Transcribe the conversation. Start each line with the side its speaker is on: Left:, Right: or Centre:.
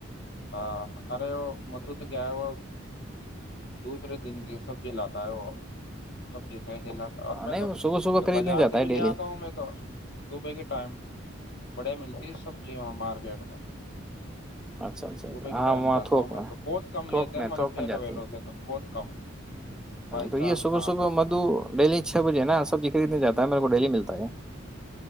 Left: ہاں ارے وہ مدھو تو کیا ہے وہ دوسرے دن کی سب جی لاتا ہے وہ سب اور میں
Centre: نہیں
Left: تو
Centre: صبح صبح
Left: پھر
Centre: خریدنے
Left: بازار
Centre: جاتا
Left: سے
Centre: ہے
Left: بھی
Centre: ڈیلی
Left: لے اتا ہوں میں تو صبح کے ٹائم بڑے سبزی مارکیٹ میں
Centre: اچھا اچھا
Left: صبح کے
Centre: ہاں
Left: ٹائم
Centre: وہاں
Left: جاتا
Centre: تھوک
Left: ہوں
Centre: میں
Left: تو بہت کم
Centre: تھوک
Left: لیتے
Centre: میں
Left: ہیں مطلب
Centre: تھوک
Left: ٹھیلے
Centre: میں جاتی
Left: ویلوں
Centre: ہیں
Left: سے تو بہت کم بائی
Centre: تو
Left: چانس
Centre: یہ صبح
Left: مار
Centre: صبح
Left: لو
Centre: مدو ڈیلی چھ بجے نا سبزی خریدنے جاتا ہے میرے کو ڈیلی ملتا ہے